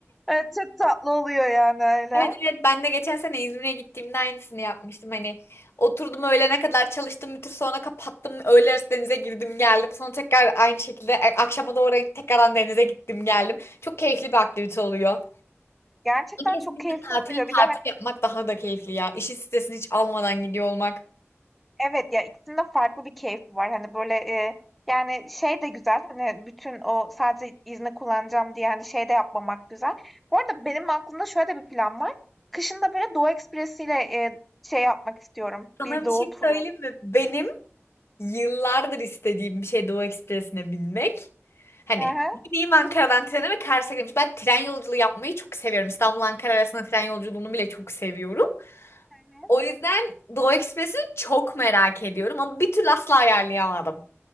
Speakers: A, in the centre; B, on the left.
A: Evet, çok tatlı oluyor yani öyle.
B: Evet evet ben de geçen sene İzmir'e gittiğimde aynısını yapmıştım. Hani oturdum öğlene kadar çalıştım bütün sonra kapattım. Öğle arası denize girdim geldim. Sonra tekrar aynı şekilde e, akşama doğru tekrardan denize gittim geldim. Çok keyifli bir aktivite oluyor.
A: Gerçekten
B: Kesinlikle
A: çok keyifli
B: tatili
A: oluyor.
B: tatil
A: Bir de
B: yapmak daha da keyifli ya. İşin stresini hiç almadan gidiyor olmak.
A: Evet, ya, ikisinin de farklı bir keyfi var. Hani, böyle, eee, yani, şey de güzel, hani, bütün o sadece izni kullanacağım diye, hani, şey de yapmamak güzel. Bu arada benim aklımda şöyle de bir plan var. Kışın da, böyle, Doğu Ekspresi'yle, eee, şey yapmak istiyorum,
B: Sana
A: bir
B: bir
A: doğu
B: şey
A: turu.
B: söyleyeyim mi? Benim Yıllardır istediğim bir şey Doğu Ekspresi'ne binmek. Hani
A: Hı hı.
B: bineyim Ankara'dan trene ve Kars'a gitmiş. Ben tren yolculuğu yapmayı çok seviyorum. İstanbul-Ankara arasında tren yolculuğunu bile çok seviyorum.
A: Hı
B: O
A: hı.
B: yüzden Doğu Ekspresi'ni çok merak ediyorum ama bir türlü asla ayarlayamadım.